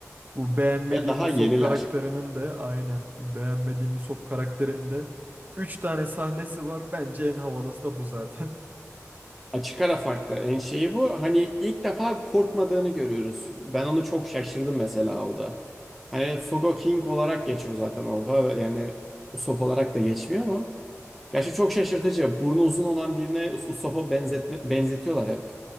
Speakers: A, on the right; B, in the centre.
A: Bu beğenmediğim
B: Ve daha
A: Usopp
B: yeniler.
A: karakterinin de aynen beğenmediğim Usopp karakterinin de 3 tane sahnesi var. Bence en havalısı da bu zaten.
B: Açık ara farklı. En şeyi bu. Hani ilk defa korkmadığını görüyoruz. Ben onu çok şaşırdım mesela orada. Hani Sogo King olarak geçiyor zaten orada. Yani Usopp olarak da geçmiyor ama. Gerçi çok şaşırtıcı. Burnu uzun olan birine Us- Usopp'a benzetme, benzetiyorlar hep.